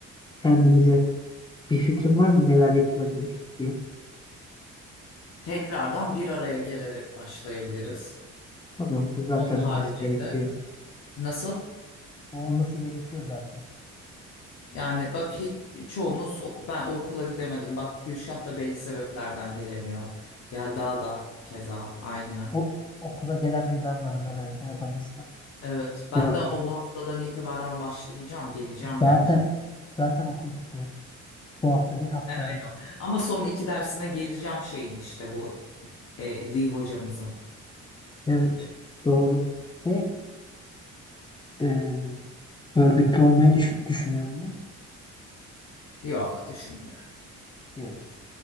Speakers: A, on the left; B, on the left.
A: Kendimize bir fikrin var mı neler yapılabilir diye.
B: Tekrardan bir araya gelerek başlayabiliriz.
A: Tamam bu zaten
B: Onun haricinde.
A: olması gerekiyor.
B: Nasıl?
A: O olması gerekiyor zaten.
B: Yani bak hiç, çoğumuz ok- ben okula gidemedim. Bak Gülşah da belli sebeplerden gelemiyor. Yelda da keza aynı.
A: O okula gelen bir ben varım herhalde aramızda.
B: Evet ben
A: Doğru.
B: de ama bu haftadan itibaren başlayacağım geleceğim
A: Zaten
B: yani.
A: zaten okul bitiyor. Bu hafta değil haftaya.
B: Aynen. Ama son iki dersine geleceğim şeyin işte bu e, Lee hocamızın.
A: Evet, doğru. Şey, e, örgütlü olmayı düşün, düşünüyor mu?
B: Yok düşünmüyorum.
A: Yes.